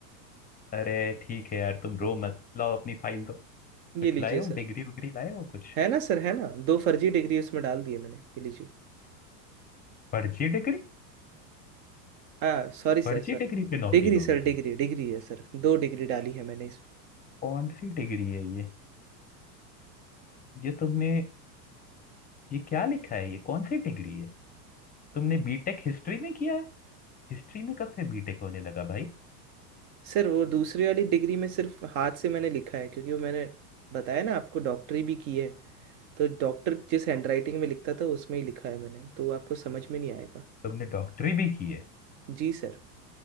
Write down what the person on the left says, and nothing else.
अरे ठीक है यार तुम रो मत लाओ अपनी फाइल दो कुछ
लाए हो
डिग्री उग्री लाए हो कुछ
फर्जी डिग्री
फर्जी
डिग्री पे नौकरी
लोगे
तुम
कौन सी डिग्री है ये ये तुमने ये क्या लिखा है ये कौन सी डिग्री है तुमने बीटेक हिस्ट्री में किया है हिस्ट्री में कब से बीटेक होने लगा भाई
तुमने डॉक्टरी भी की है